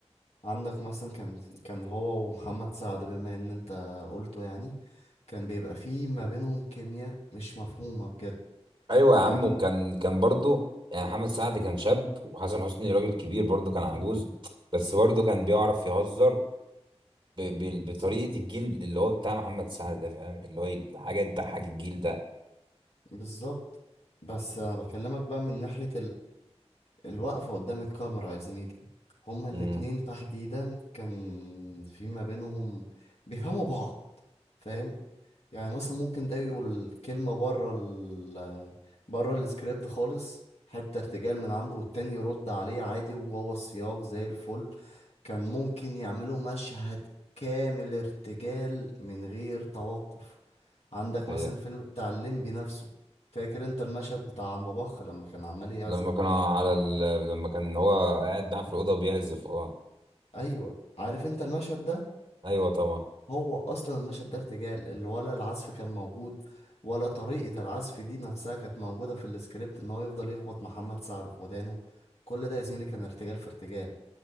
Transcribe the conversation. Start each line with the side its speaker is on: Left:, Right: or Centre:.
Left: عندك مثلا كان كان هو ومحمد سعد بما ان انت قلته يعني كان بيبقى فيه ما بينهم كيمياء مش مفهومة بجد
Right: ايوه يا عم
Left: يعني
Right: وكان كان برضه يعني محمد سعد كان شاب وحسن حسني راجل كبير برضه كان عجوز بس برضه كان بيعرف يهزر ب... ب... بطريقه
Left: بالظبط
Right: الجيل اللي هو بتاع محمد سعد ده فاهم اللي هو ي- حاجه تضحك الجيل ده
Left: بالظبط بس انا بكلمك بقى من ناحية الوقفة قدام الكاميرا يا زميلي هما الاتنين
Right: امم
Left: تحديدا كان في ما بينهم بيفهموا بعض فاهم يعني مثلا ممكن ده يقول كلمة بره ال بره السكريبت خالص حتة ارتجال من عنده والتاني يرد عليه عادي وجوه السياق زي الفل كان ممكن يعملوا مشهد كامل ارتجال من غير توقف عندك
Right: هي
Left: مثلا فيلم بتاع الليمبي نفسه فاكر انت المشهد بتاع عم بخ لما كان عمال يعزف
Right: لما كان على ال... لما كان هو قاعد معاه في الاوضه وبيعزف اه
Left: ايوه عارف انت المشهد ده
Right: ايوه طبعا
Left: هو اصلا المشهد ده ارتجال اللي ولا العزف كان موجود ولا طريقة العزف دي نفسها كانت موجودة في السكريبت ان هو يفضل يخبط محمد سعد في ودانه كل ده يا زميلي كان ارتجال في ارتجال